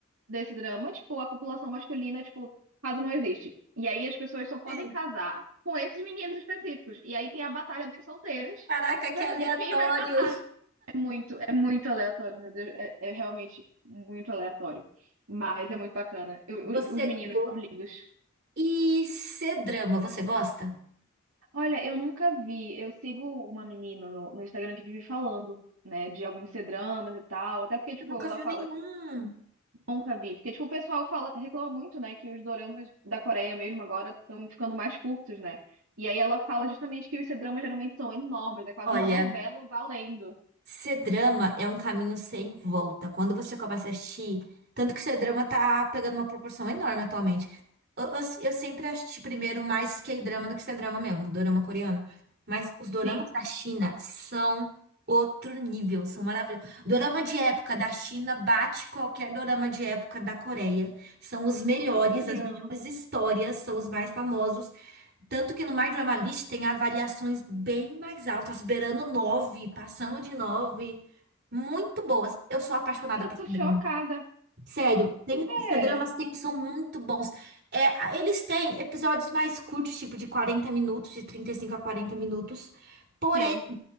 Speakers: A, on the right (about 75°); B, on the right (about 50°).
A: desse drama, tipo, a população masculina, tipo, quase não existe. E aí as pessoas só podem
B: Sim.
A: casar com esses meninos específicos. E aí tem a batalha das solteiras
B: Caraca, que
A: pra
B: aleatório.
A: saber quem vai Muito, é muito aleatório, meu Deus. É, é realmente muito aleatório. Mas é muito bacana. Eu-
B: Você
A: eu- os meninos
B: go...
A: são lindos.
B: E C-drama, você gosta?
A: Olha, eu nunca vi. Eu sigo uma menina no, no Instagram que vive falando, né, de alguns C-dramas e tal. Até porque, tipo,
B: Eu nunca
A: ela
B: viu
A: fala
B: nenhum.
A: que nunca vi. Porque, tipo, o pessoal fala, reclama muito, né, que os doramas da Coreia mesmo agora estão ficando mais curtos, né? E aí ela fala justamente que os C-dramas geralmente são enormes. É quase
B: Olha.
A: uma novela valendo.
B: C-drama é um caminho sem volta. Quando você começa a assistir, tanto que C-drama tá pegando uma proporção enorme atualmente. Eu, eu, eu sempre assisti primeiro mais K-drama do que C-drama mesmo, dorama coreano. Mas os doramas
A: Sim.
B: da China são outro nível, são maravilhosos. Dorama de época da China bate qualquer dorama de época da Coreia. São os melhores,
A: Sério?
B: as melhores histórias, são os mais famosos. Tanto que no My Drama List tem avaliações bem mais altas, beirando 9, passando de 9, Muito boas. Eu sou apaixonada
A: Eu
B: por
A: tô
B: C-drama.
A: chocada.
B: Sério, tem os dramas
A: É,
B: tem, são muito bons. É, a- eles têm episódios mais curtos, tipo de 40 minutos, de 35 a 40 minutos. Porém,
A: sim.